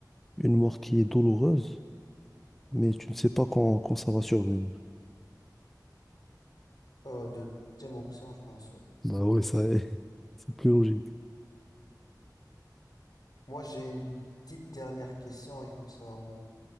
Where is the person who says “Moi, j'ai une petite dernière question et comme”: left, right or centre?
Left